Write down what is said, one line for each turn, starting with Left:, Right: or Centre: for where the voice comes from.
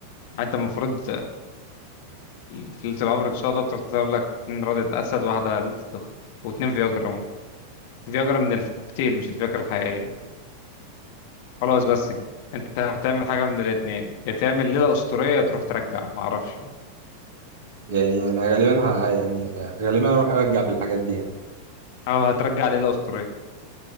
Left: انت المفروض في ليله العمر ان شاء الله تروح تضرب لك اتنين رده اسد واحده ليله الدخن واتنين فياجرا فياجرا من الكوكتيل مش الفياجرا الحقيقيه خلاص بس كده انت هتعمل حاجه من الاتنين يا تعمل ليله اسطوريه تروح ترجع ما اعرفش
Right: يعني انا غالبا ه... آه، يعني آه، غالبا اروح ارجع بالحاجات دي يعني.
Left: او هترجع ليله اسطوريه